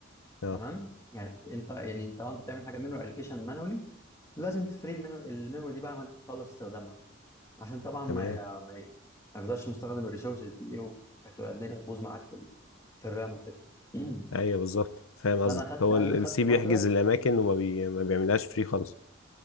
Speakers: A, on the left; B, on the left.
A: اه
B: تمام يعني انت يعني انت وانت بتعمل حاجه ميموري الوكيشن مانولي لازم تفري المينو- الميموري دي بعد ما انت تخلص استخدامها عشان طبعا
A: تمام
B: ما ي... ما, ي... ما يفضلش مستخدم الريسورسز دي ايه وهتبقى الدنيا تبوظ معاك في ال... في الرام وكده <clears throat>
A: ايوه بالظبط فاهم قصدك
B: فانا خدت
A: هو
B: عايز
A: السي
B: خدت
A: بيحجز
B: فتره
A: الاماكن وما بي... ما بيعملهاش فري خالص